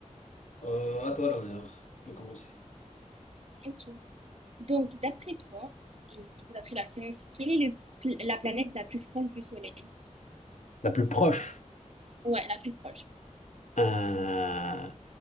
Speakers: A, on the left; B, on the right.
A: Euh, à toi l'honneur. Tu peux commencer.
B: ok. Donc, d'après toi, et du coup, d'après la science, quelle est le pl- la planète la plus proche du Soleil?
A: La plus proche.
B: Ouais, la plus proche.
A: Euh,